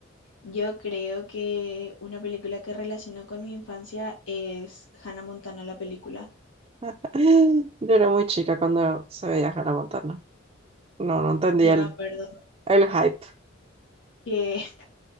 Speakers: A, on the left; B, on the right.
A: Yo creo que una película que relaciono con mi infancia es Hannah Montana, la película.
B: <laughs> Yo era muy chica cuando se veía Hannah Montana. No, no entendía
A: Yo me
B: el,
A: acuerdo
B: el hype.
A: que, <laughs>